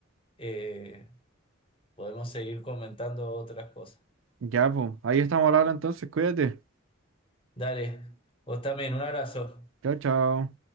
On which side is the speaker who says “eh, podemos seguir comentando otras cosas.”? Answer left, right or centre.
Left